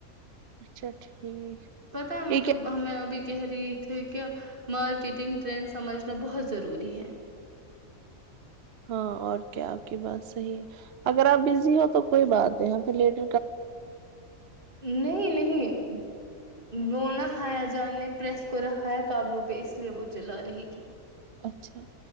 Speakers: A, on the right; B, on the right.
A: اچھا ٹھیک
B: پتا
A: ٹھیک
B: مطلب
A: ہے
B: ہمیں ابھی کہہ رہی تھھی کیا مارکیٹنگ ٹرینڈ سمجھنا بہت ضروری ہے
A: ہاں اور کیا آپ کی بات صحیح ہے اگر آپ بزی ہو تو کوئی بات نہیں پھر لیٹ
B: نہیں نہیں وہ نہ ہایا جان نے پریس کو رکھا ہے قبلو پہ اس لیے وہ چلا رہی تھی
A: اچھا